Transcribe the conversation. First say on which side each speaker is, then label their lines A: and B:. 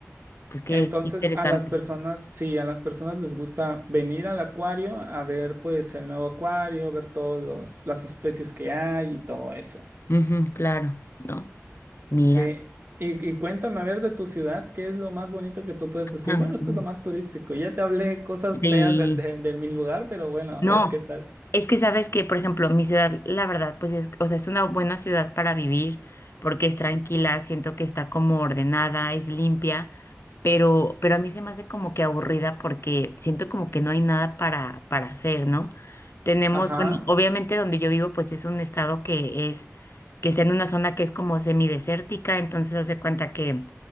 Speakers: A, on the left; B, on the right.
A: Pues qué
B: Entonces,
A: interesante.
B: a las personas, sí, a las personas les gusta venir al acuario a ver pues el nuevo acuario, ver todas las especies que hay y todo eso.
A: Ujú, claro, ¿no? Mira.
B: Sí. Y, y cuéntame, a ver, de tu ciudad, ¿qué es lo más bonito que tú puedes
A: <laughs>
B: decir? Bueno, esto
A: Ujú.
B: es lo más turístico. Ya te hablé cosas
A: Sí.
B: feas de, de de mi lugar, pero bueno, a
A: No,
B: ver, ¿qué tal?
A: Es que sabes que, por ejemplo, mi ciudad, la verdad, pues es, o sea, es una buena ciudad para vivir porque es tranquila, siento que está como ordenada, es limpia, pero, pero a mí se me hace como que aburrida porque siento como que no hay nada para, para hacer, ¿no? Tenemos,
B: Ajá,
A: bueno, obviamente donde yo vivo, pues es un estado que es, que está en una zona que es como semidesértica, entonces hace cuenta que,